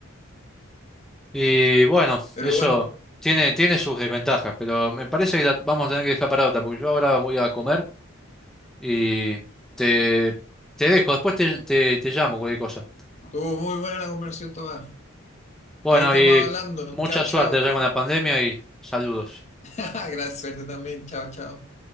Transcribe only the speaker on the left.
Pero
bueno.
Estuvo muy buena la conversación, Tomás.
Ahí estamos
hablando.
Chao,
chao.
<laughs> Gracias, suerte también. Chao, chao.